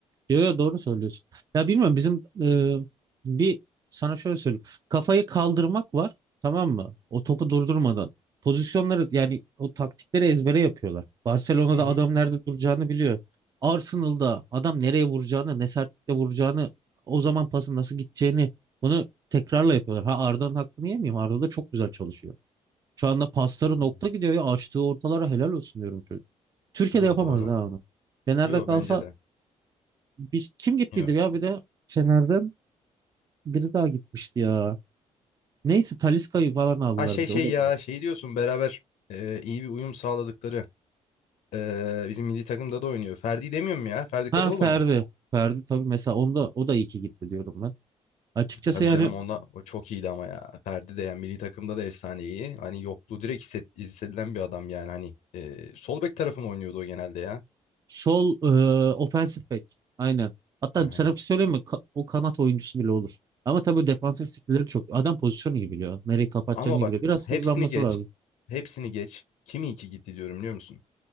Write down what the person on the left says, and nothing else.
Hı hı.
Hmm.
Yo
doğru.
Yo
bence de.
Yo.
Ha şey
şey
ya
şey diyorsun beraber e, iyi bir uyum sağladıkları e, bizim milli takımda da oynuyor. Ferdi demiyor mu ya? Ferdi Kadıoğlu
mu?
Tabii
canım onda o çok iyiydi ama ya. Ferdi de yani milli takımda da efsane iyi. Hani yokluğu direkt hisset, hissedilen bir adam yani hani. e, sol bek tarafı mı oynuyordu o genelde ya?
Yani
ama
bak
hepsini
geç.
Hepsini geç. Kim iyi ki gitti diyorum biliyor musun?